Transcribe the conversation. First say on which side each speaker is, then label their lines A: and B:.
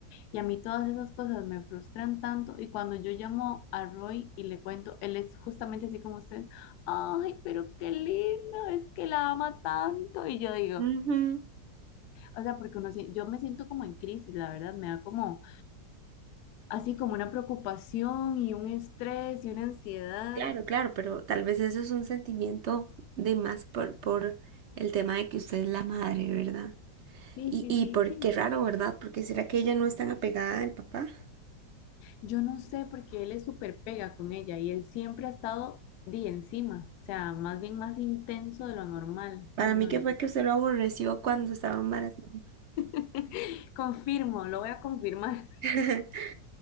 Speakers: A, on the left; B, on the right.
A: Y a mí todas esas cosas me frustran tanto. Y cuando yo llamo a Roy y le cuento, él es justamente así como usted, ay, pero qué lindo, es que la ama tanto. Y yo digo,
B: Ujú.
A: o sea, porque uno, sie- yo me siento como en crisis, la verdad, me da como, así como una preocupación y un estrés y una ansiedad.
B: Claro, claro, pero tal vez eso es un sentimiento de más por, por el tema de que usted es la madre, ¿verdad?
A: Sí,
B: Y,
A: sí,
B: y
A: sí,
B: por
A: sí.
B: qué raro, ¿verdad? Porque será que ella no es tan apegada al papá.
A: Yo no sé porque él es súper pega con ella y él siempre ha estado de encima, o sea, más bien más intenso de lo normal.
B: Para
A: Ay,
B: mí
A: no,
B: que
A: Dios
B: fue que usted lo aborreció cuando estaba embarazada.
A: <laughs> Confirmo, lo voy a confirmar.
B: <laughs>